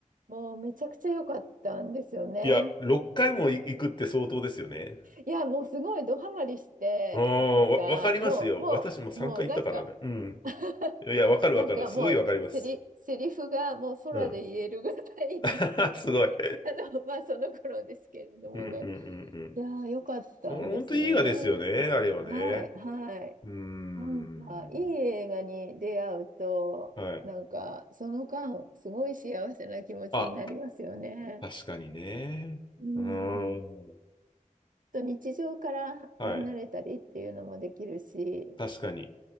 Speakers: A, on the right; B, on the left.
A: もうめちゃくちゃ良かったんですよね。
B: いや、6回も行くって相当ですよね。
A: いや、もうすごいドハマりして、
B: ああ、
A: なんか、
B: わ、わかりますよ。
A: もう、もう、
B: 私も3回行ったからね。
A: もう、なんか
B: うん。
A: <laughs>
B: いや、わかるわかる。
A: なんかもう、
B: すごいわかります。
A: セリ、セリフがもう空で言えるぐらいに
B: うん。<laughs>
A: <laughs>
B: すごい。
A: あの、まあ、その頃ですけれどもね。
B: うん、うん、うん、うん。
A: いやー、よかったんですよね。
B: あれ、本当いい映画ですよね、あれはね。
A: はい、はい。
B: うーん。
A: なんか、いい映画に出会うと、
B: はい。
A: なんか、その間、すごい幸せな気持ちになりますよね。
B: あ、確かにね。
A: うん。
B: うーん。
A: と日常から離れたりっていうのもできるし、
B: はい。確かに。